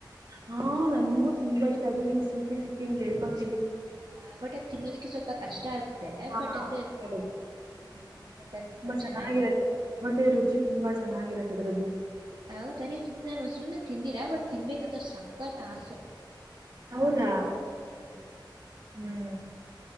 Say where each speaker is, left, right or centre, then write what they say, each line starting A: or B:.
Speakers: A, on the right; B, on the right.
A: ಹಾ ನನಗೂ ತುಂಬಾ ಇಷ್ಟ ಅದು ಸಿಪಿ ಸಿಪಿ ಹಿಂಗು ಹೇಳ್ಕೊಂತಾ.
B: ಹಾ ಬಟ್ ಅದ್ ತಿನ್ನೋದಿಕ್ಕೆ ಸ್ವಲ್ಪ ಕಷ್ಟ ಆಗುತ್ತೆ.
A: ಹಾ
B: ಬಟ್ ಅಂದ್ರೆ
A: <unintelligible>
B: ಹ್ಮ್ ಬಟ್ ಅದು
A: ತುಂಬಾ ಚೆನ್ನಾಗಿರತ್ತೆ
B: ಚೆನ್ನಾಗಿರುತ್ತೆ
A: ಮತ್ತೆ ರುಚಿ ತುಂಬಾ ಚೆನ್ನಾಗಿರತ್ತ ಅದ್ರದ್ದು.
B: ಹೌದ ಅ ನೀ ತಿಿಂದ ನನ್ <unintelligible> ತಿಂದಿರಾ ಬಟ್ ತಿನ್ಬೇಕು ಸಕ್ಕತ್ ಆಸೆ
A: ಹೌದಾ
B: ಹ್ಮ್.
A: ಹ್ಮ್